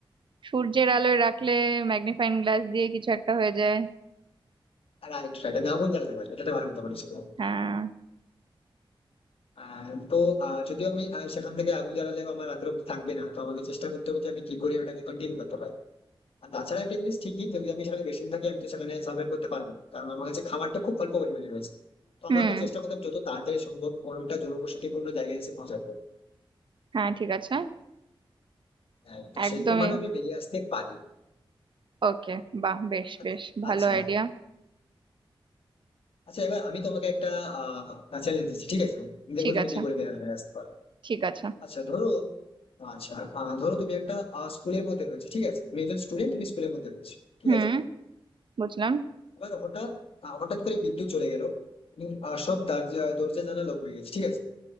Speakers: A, on the right; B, on the left.
A: সূর্যের আলোয় রাখলে ম্যাগনিফাইং গ্লাস দিয়ে কিছু একটা হয়ে যায়
B: আর রাইট রাইট আমি আগুন জ্বালাতে পারি এটা একটা ভালো কথা বলেছো তুমি।
A: হ্যাঁ
B: আর তো আহ, যদিও আমি আহ, সেখান থেকে আগুন জ্বালালেও আমার রাত্রে অবধি থাকবে না তো আমাকে চেষ্টা করতে হবে যে আমি কি করে ওটাকে কন্টিনিউ করতে পারি আর তাছাড়া একটা জিনিস ঠিকই যদি আমি সেখানে বেশি দিন থাকি আমি তো সেখানে সার্ভে করতে পারবো না কারণ আমার কাছে খাবারটা খুব অল্প পরিমাণে রয়েছে তো
A: হুম
B: আমাকে চেষ্টা করতে হবে যত তাড়াতাড়ি সম্ভব কোনোটা জনবসতিপূর্ণ জায়গায় এসে পৌঁছাতে হবে
A: হ্যাঁ ঠিক আছে
B: তো হ্যাঁ তো
A: একদমই
B: সেরকম ভাবে আমি বেরিয়ে আসতে পারি
A: ওকে বাহ বেশ
B: আচ্ছা
A: বেশ ভালো
B: আচ্ছা
A: আইডিয়া
B: আচ্ছা, এবার আমি তোমাকে একটা আহ চ্যালেঞ্জ দিচ্ছি ঠিক আছে দেখো
A: ঠিক
B: তুমি
A: আছে
B: কি করে বেরিয়ে আসতে পারো
A: ঠিক আছে
B: আচ্ছা ধরো আচ্ছা আহ, ধরো তুমি একটা স্কুলের মধ্যে রয়েছে ঠিক আছে তুমি একজন স্টুডেন্ট তুমি স্কুলের মধ্যে রয়েছে ঠিক
A: হুম
B: আছে
A: বুঝলাম
B: এবার হঠাৎ আহ, হঠাৎ করে বিদ্যুৎ চলে গেল এবং আহ, সব দরজা দরজা জানা লক হয়ে গেছে ঠিক আছে